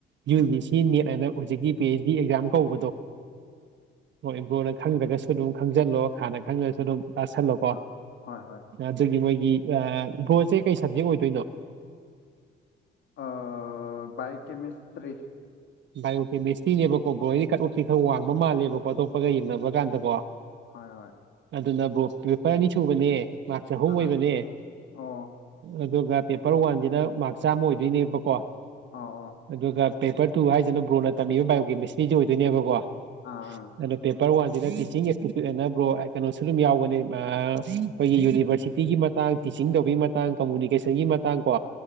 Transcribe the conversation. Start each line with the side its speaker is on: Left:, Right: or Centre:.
Right: ꯌꯨ ꯅꯤ ꯁꯤ ꯅ‌ꯦꯠ ꯍꯥꯏꯅ ꯍꯧꯖꯤꯛꯀꯤ ꯄꯤ ꯑꯩꯆ ꯗꯤ ꯑꯦꯛꯖꯥꯝ ꯀꯧꯕꯗꯣ ꯍꯣꯏ ꯕ꯭ꯔ‌ꯣꯅ ꯈꯪꯗ꯭ꯔꯒꯁꯨ ꯑꯗꯨꯝ ꯈꯪꯖꯤꯜꯂꯣ ꯍꯥꯟꯅ ꯈꯪꯉꯁꯨ ꯑꯗꯨꯝ ꯇꯥꯁꯜꯂꯣꯀꯣ
Left: ꯑꯥ ꯍꯣꯏ ꯍꯣꯏ
Right: ꯑꯗꯨꯒꯤ ꯃꯣꯏ ꯒꯤ-ꯑ ꯕ꯭ꯔ‌ꯣꯁꯤ ꯀꯩ ꯁꯕꯖꯦꯛ ꯑꯣꯏꯗꯣꯏꯅꯣ
Left: ꯑ ꯕꯏ ꯀꯦꯃꯤꯁꯇ꯭ꯔꯤ
Right: ꯕꯥꯏꯑꯣ ꯀꯦꯃꯤꯁꯇ꯭ꯔꯤꯅꯦꯕꯀꯣ ꯕ꯭ꯔ‌ꯣꯍ‌ꯣꯏ ꯀꯠ ꯎꯞꯇꯤ ꯈ꯭ꯔꯥ ꯋꯥꯡꯕ ꯃꯥꯜꯂꯦꯕꯀꯣ ꯑꯇꯣꯞꯄꯒ ꯌꯦꯡꯅꯕ ꯀꯥꯟꯗꯀꯣ
Left: ꯍꯣꯏ ꯍꯣꯏ
Right: ꯑꯗꯨꯅ ꯕꯣꯔ ꯄꯦꯄꯔ ꯑꯅꯤ ꯁꯨꯕꯅꯦ ꯃꯥꯔꯛ ꯆꯍꯨꯝ
Left: ꯑꯥ
Right: ꯑꯣꯏꯕꯅꯦ
Left: ꯑꯣ
Right: ꯑꯗꯨꯒ ꯄꯦꯄꯔ ꯋꯥꯟꯁꯤꯅ ꯃꯥꯔꯛ ꯆꯥꯝꯃ ꯑꯣꯏꯗꯣꯏꯅꯦꯕꯀꯣ
Left: ꯑꯣ ꯑꯣ
Right: ꯑꯗꯨꯒ ꯄꯦꯄꯔ ꯇꯨ ꯍꯥꯏꯁꯤꯅ ꯕ꯭ꯔꯣꯟꯅ ꯇꯝꯃꯤꯕ ꯕꯥꯏꯑꯣꯀꯦꯃꯤꯁꯇ꯭ꯔꯤꯁ ꯑꯣꯏꯗꯣꯏꯅꯦꯕꯀꯣ
Left: ꯑꯥ ꯑꯥ
Right: ꯑꯗ‌ꯣ ꯁꯃꯥꯔꯠ ꯋꯥꯟꯁꯤꯅ ꯇꯤꯆꯤꯡꯇꯤꯇꯨꯠ꯭ꯔꯣ ꯀꯩꯅꯣꯁꯨ ꯑꯗꯨ ꯌꯥꯎꯒꯅꯤ ꯑꯩꯈꯣꯏꯒꯤ ꯌꯨꯅꯤꯚꯔꯁꯤꯇꯤꯒꯤ ꯃꯇꯥꯡ ꯇꯤꯆꯤꯡ ꯇꯧꯕꯒꯤ ꯃꯇꯥꯡ ꯀꯝꯃꯨꯅꯤꯀꯦꯁꯟꯒꯤ ꯃꯇꯥꯡ ꯀꯣ